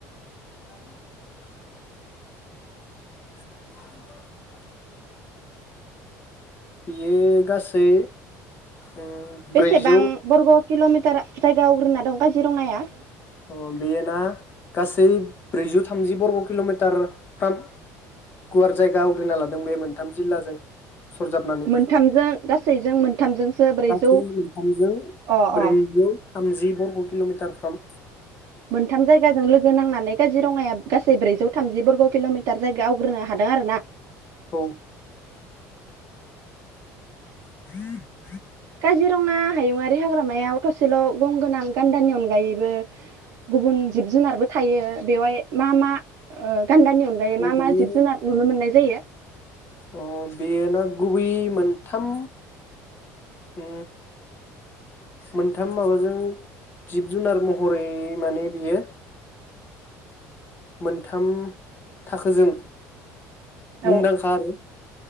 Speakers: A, on the left (about 30°); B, on the right (about 55°).
A: <unintelligible> <unintelligible> बियो गासै उम
B: बेसेबां
A: ब्रैजौ
B: बरग' किल'मिटार जायगा आवग्रिना दं काजिरङाया
A: अ बेयो ना गासै ब्रैजौ थामजि बरग' किल'मिटारफ्राम गुवार जायगा आवग्रिना लादों बे मोनथाम जिल्लाजों सरजाबनानै
B: मोनथामजों गासैजों मोनथामजोंसो ब्रैजौ
A: गासै मोनथामजों
B: अ अ
A: ब्रैजौ थामजि बरग' किल'मिटारफ्राम
B: मोनथाम जायगाजों लोगो नांनानै काजिरङाया गासै ब्रैजौ थामजि बरग' किल'मिटार जायगायाव आवग्रोनो हादों आरो ना
A: औ हम
B: काजिरङा हायुङि हाग्रामाया थसेल' गंगोनां गान्दानि अनगायैबो गुबुन जिब जुनारबो थायो बेवहाय मा मा गान्दानि अनगायै मा
A: बेयो
B: मा जिब जुनार नुनो मोननाय गोायो
A: अ बेयो ना गुबै मोनथाम उ मोनथाम माबाजों जिब जुनार महरै माने बियो मोनथाम थाखोजों मुंदांखा
B: औ
A: आरो